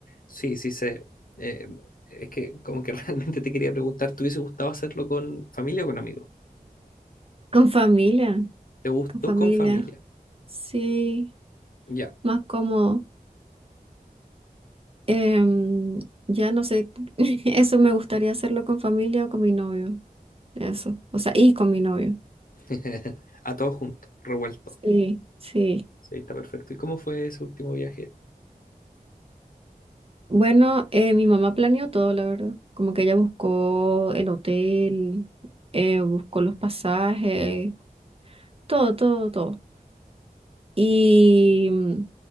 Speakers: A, on the left; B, on the right.
A: sí, sí sé. Eh, es que como que <laughs> realmente te quería preguntar, ¿te hubiese gustado hacerlo con familia o con amigos?
B: Con familia,
A: ¿Te gustó
B: con familia.
A: con familia?
B: Sí,
A: Ya.
B: más cómodo. Em, ya no sé, <laughs> eso me gustaría hacerlo con familia o con mi novio. Eso. O sea, y con mi novio.
A: <laughs> A todos juntos, revueltos.
B: Sí, sí.
A: Sí, está perfecto. ¿Y cómo fue ese último viaje?
B: Bueno, eh, mi mamá planeó todo, la verdad. Como que ella buscó el hotel, eh, buscó los pasajes, todo, todo, todo. Y, mm,